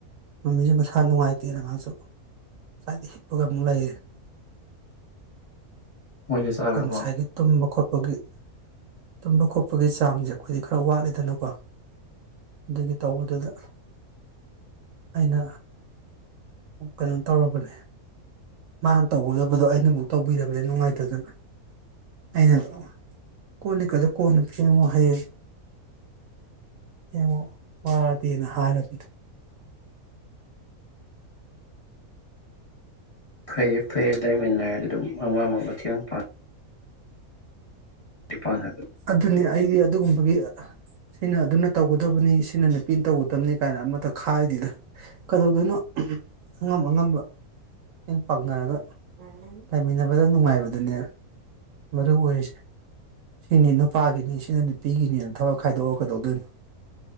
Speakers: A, on the right (about 70°); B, on the left (about 25°).
A: ꯃꯥꯃꯤꯁꯨ ꯃꯁꯥ ꯅꯨꯡꯉꯥꯏꯇꯦꯅ ꯃꯥꯁꯨ ꯁꯥꯏꯗꯩ ꯍꯤꯞꯄꯒ ꯑꯃꯨꯛ ꯂꯩꯔꯦ
B: ꯃꯣꯏꯗꯤ ꯆꯥꯈ꯭ꯔꯕꯣ
A: ꯀꯟꯁꯥꯏꯗꯩ ꯇꯨꯝꯕ ꯈꯣꯠ ꯑꯣꯒꯤ ꯇꯨꯝꯕ ꯈꯣꯠꯄꯒꯤ ꯆꯥꯡꯁꯦ ꯑꯩꯈꯣꯏꯗꯤ ꯈꯔ ꯋꯥꯠꯂꯦꯗꯅꯀꯣ ꯑꯗꯨꯒꯤ ꯇꯧꯕꯗꯨꯗ ꯑꯩꯅ ꯀꯩꯅꯣ ꯇꯧꯔꯕꯅꯦ ꯃꯥꯅ ꯇꯧꯒꯗꯕꯗꯣ ꯑꯩꯅꯕꯨ ꯇꯧꯕꯤꯔꯕꯅꯦ ꯅꯨꯡꯉꯥꯏꯇꯗꯅ ꯑꯩꯅ ꯑꯣ ꯀꯣꯜ ꯂꯤꯀꯗ ꯀꯣꯟꯅ ꯐꯦꯡꯉꯣ ꯍꯌꯦꯡ ꯌꯦꯡꯉꯣ ꯋꯥꯔꯗꯤꯅ ꯍꯥꯏꯔꯕꯅꯤ
B: ꯐꯩꯌꯦ ꯐꯩꯌꯦ ꯂꯩꯃꯤꯟꯅꯔꯗꯤ ꯑꯗꯨꯝ ꯑꯃꯅ ꯃꯇꯦꯡ ꯄꯥꯡ ꯗꯤꯄꯅꯥꯢꯕ <unintelligible>
A: ꯑꯗꯨꯅꯤ ꯑꯩꯒꯤ ꯑꯗꯨꯒꯨꯝꯕꯒꯤ ꯁꯤꯅ ꯑꯗꯨꯅ ꯇꯧꯒꯗꯕꯅꯤ ꯁꯤꯅ ꯅꯨꯄꯤꯅ ꯇꯧꯒꯗꯕꯅꯤ ꯀꯥꯏꯅ ꯑꯃꯇ ꯈꯥꯏꯔꯤꯗꯦꯗ ꯀꯩꯗꯧꯗꯣꯏꯅꯣ ꯑꯉꯝ ꯑꯉꯝꯕ ꯃꯇꯦꯡ ꯄꯥꯡꯅꯔꯒ ꯂꯩꯃꯤꯟꯅꯕꯗ ꯅꯨꯡꯉꯥꯏꯕꯗꯨꯅꯦ ꯃꯔꯨ ꯑꯣꯏꯔꯤꯁꯦ ꯁꯤꯅꯤ ꯅꯨꯄꯥꯒꯤꯅꯤ ꯁꯤꯅ ꯅꯨꯄꯤꯒꯤꯅꯤꯅ ꯊꯕꯛ ꯈꯥꯏꯗꯣꯛꯑꯒꯥ ꯀꯩꯗꯧꯗꯣꯏꯅꯣ